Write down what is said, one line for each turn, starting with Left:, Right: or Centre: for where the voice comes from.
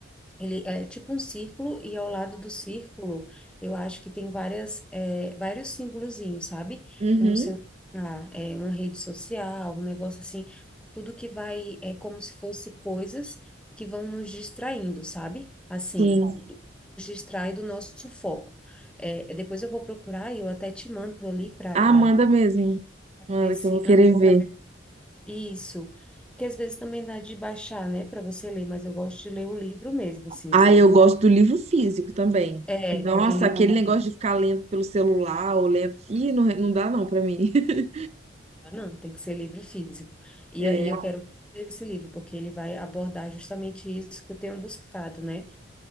Centre: Ele é tipo um círculo e ao lado do círculo eu acho que tem várias, é, vários símbolozinhos, sabe?
Right: Uhum.
Centre: Um celular, é, uma rede social, um negócio assim, tudo que vai, é como se fosse coisas que vão nos distraindo, sabe? Assim,
Right: Sim.
Centre: nos distrai do nosso foco. É, depois eu vou procurar e eu até te mando ali para
Right: Ah, manda mesmo. Manda
Centre: ver se,
Right: que eu vou querer ver.
Centre: para ver isso, que às vezes também dá de baixar, né, para você ler, mas eu gosto de ler o livro mesmo, assim,
Right: Ah,
Centre: sabe?
Right: eu gosto do livro físico também.
Centre: É,
Right: Nossa,
Centre: do livro
Right: aquele negócio
Centre: físico,
Right: de ficar lendo pelo celular ou lendo. Ih, não, não dá não pra mim. <laughs>
Centre: tá? Não, tem que ser livro físico. E
Right: É.
Centre: aí eu quero ler esse livro, porque ele vai abordar justamente isso que eu tenho buscado, né?